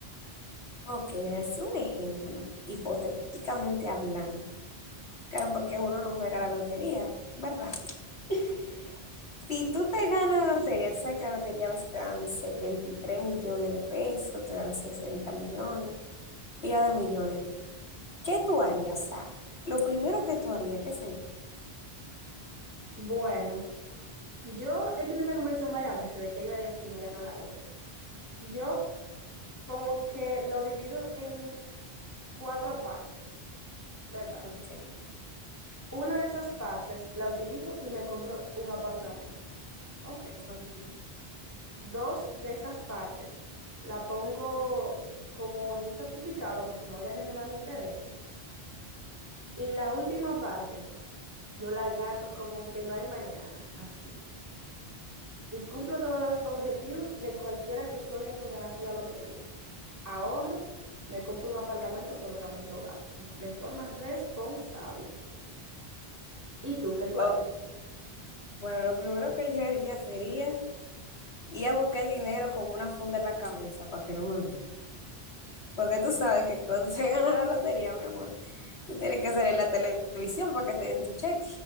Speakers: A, on the left; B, on the right.
A: Ok, me hace un ejemplo, hipotéticamente hablando. Claro, porque uno no juega la lotería, ¿verdad? <laughs> Si tú te ganas la lotería, tú sabes que la lotería a veces te dan 73 millones de pesos, te dan 60 millones, pila de millones. ¿Qué tú harías? O sea, lo primero que tú harías, ¿qué sería?
B: Bueno, yo he tenido esta conversación varias veces de qué yo haría si me ganó la loto. Yo como que lo divido en cuatro partes, ¿verdad?
A: Ok,
B: Una de esas partes la utilizo y me compro un apartamento. Ok.
A: ok.
B: Dos de esas partes la pongo como en un certificado para que me vaya generando intereses. Y la última parte Yo la gato como que no hay mañana, así. Y cumplo todos los objetivos de cualquiera que sueña con ganarse la lotería. Ahorro, me compro un apartamento, pero también lo gasto de forma responsable. ¿Y tú qué tú
A: ok.
B: harías?
A: Bueno, lo primero que yo haría sería ir a buscar el dinero con una funda en la cabeza para que no me vean. Porque tú sabes que cuando se gana la lotería, mi amor, tú tienes que salir a la televisión para que te den tu cheque.